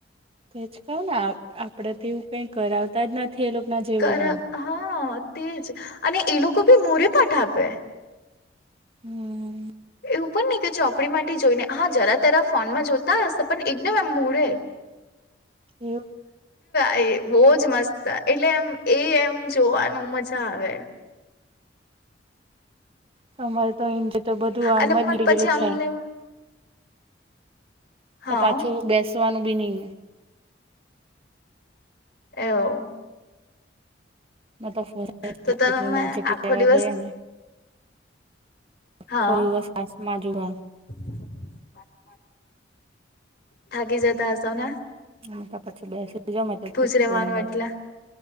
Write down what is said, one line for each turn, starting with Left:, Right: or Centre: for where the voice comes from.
Right: તેજ કહ ને આપડે તો એવું કઈ કરાવતા જ નથી એ લોકો ના જેવું
Left: કર
Right: આમ.
Left: હા તેજ અને એ લોકો ભી મોરે પાઠ આપે.
Right: હમ.
Left: એવું પણ નહી કે ચોપડી માટેથી જોઈને હા જરા તરા ફોનમાં જોતા હશે પણ એકદમ આમ મોડે. <unintelligible>
Right: <unintelligible>
Left: એ બહજ મસ્ત એટલે એમ એ એમ જોવાનું મજા આવે.
Right: તમારે તો ઇંજે તો બધું આમ
Left: અને
Right: જ
Left: પણ
Right: નીરી
Left: પછી
Right: ગયેલું
Left: અમને
Right: છે.
Left: હા
Right: તો પાછું બેસવાનું બી ની.
Left: એઓ.
Right: <unintelligible>
Left: તો તમે
Right: કેટલું નજીક
Left: આખો
Right: લેવા
Left: દિવસ
Right: ગયા ને આખો
Left: હા
Right: દિવસ પાસમાં જુદાં.
Left: <unintelligible> થકી જાયતા આસ નાને?
Right: હ તો પછી બેસી જમટલે
Left: જ રેવાનું
Right: થોડી વાર
Left: એટલે